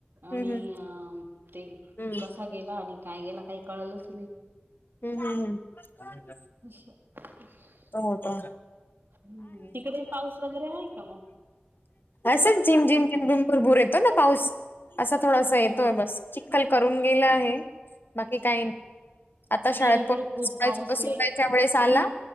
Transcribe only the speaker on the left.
हं
हं
हम्म हम् हम्
हो हो का
असंच झिम झिम झिमझम भूर बूर येतो ना पाऊस असा थोडासा येतोय
बस चिक्कल करून गेलं आहे. बाकी काही नाही आता शाळेत
प <unintelligible>
वेळेस आला.